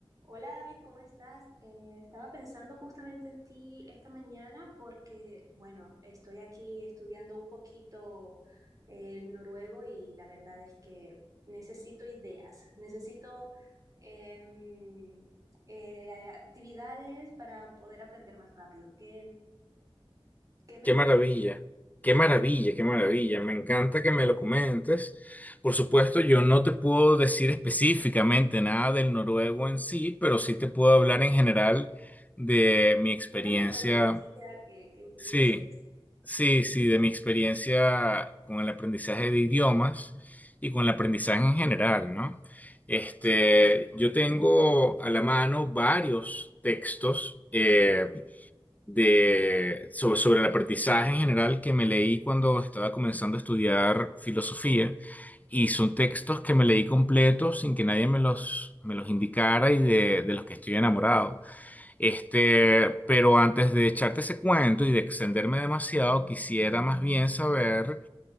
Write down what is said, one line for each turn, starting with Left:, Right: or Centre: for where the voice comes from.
Right: Hola David, ¿cómo estás? Eh, estaba pensando justamente en ti esta mañana porque, bueno, estoy aquí estudiando un poquito el noruego y la verdad es que necesito ideas, necesito em, eh, actividades para poder aprender más rápido. ¿Qué, qué me
Left: Qué
Right: puedes
Left: maravilla,
Right: decir?
Left: qué maravilla, qué maravilla. Me encanta que me lo comentes. Por supuesto, yo no te puedo decir específicamente nada del noruego en sí, pero sí te puedo hablar en general de mi experiencia.
Right: Una metodología que, que utilices.
Left: Sí, sí, sí, de mi experiencia con el aprendizaje de idiomas y con el aprendizaje en general, ¿no? Este,
Right: Sí,
Left: yo tengo a la mano varios textos. eh, de, sobre, sobre el aprendizaje en general que me leí cuando estaba comenzando a estudiar filosofía. Y son textos que me leí completos sin que nadie me los, me los indicara y de, de los que estoy enamorado. Este, pero antes de echarte ese cuento y de extenderme demasiado, quisiera más bien saber